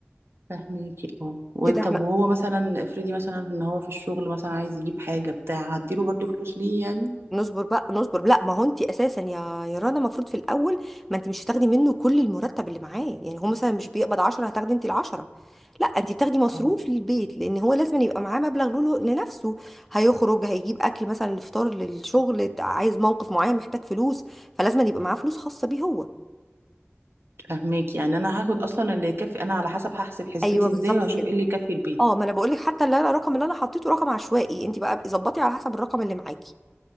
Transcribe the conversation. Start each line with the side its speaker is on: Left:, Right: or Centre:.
Right: فاهميكي اه و-
Centre: كده
Right: طب
Centre: احنا
Right: وهو مثلا افرضي مثلا ان هو في الشغل مثلا عايز يجيب حاجة بتاع هديله برضو فلوس ليه يعني
Centre: نصبر بقى نصبر لا ما هو انت اساسا يا يا رنا المفروض في الاول ما انت مش هتاخدي منه كل المرتب اللي معاه يعني هو مثلا مش بيقبض 10 هتاخدي انت ال 10 لا انت بتاخدي مصروف
Right: اه
Centre: للبيت لان هو لازم يبقى معاه مبلغ له لنفسه هيخرج هيجيب اكل مثلا الفطار للشغل عايز موقف معين محتاج فلوس فلازم يبقى معاه فلوس خاصه بيه هو
Right: فهماك يعني انا هاخد اصلا اللي يكفي انا على حسب هحسب حسبتي
Centre: ايوه بالظبط
Right: ازاي وهشوف
Centre: كده
Right: ايه اللي يكفي البيت
Centre: اه ما انا بقول لك حتى اللي انا الرقم اللي انا حطيته رقم عشوائي انت بقى ظبطي على حسب الرقم اللي معاكي